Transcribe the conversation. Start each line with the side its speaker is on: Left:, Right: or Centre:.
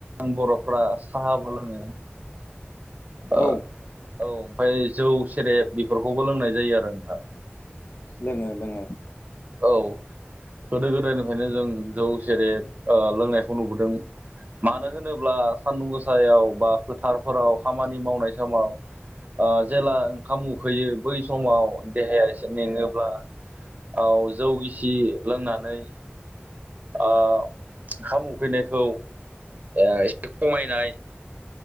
Right: आं बर'फ्रा साहाबो लोङो।
Left: औ
Right: ओ औ ओमफ्राय जौ सेरेब बेफोरखौबो लोंनाय जायो आरो नोंथां।
Left: लोङो लोङो।
Right: औ गोदो गोदायनिफ्रायनो जों जौ सेरेब ओ लोंनायखौ नुबोदों। मानो होनोब्ला सान्दुं गोसायाव बा फोथारफोराव खामानि मावनाय समाव जेला ओंखाम उखैयो बै समाव देहाया एसे मेङोब्ला औ जौ गिसि लोंनानै ओ ओंखाम उखैनायखौ ओ एसे खमायनो बायो।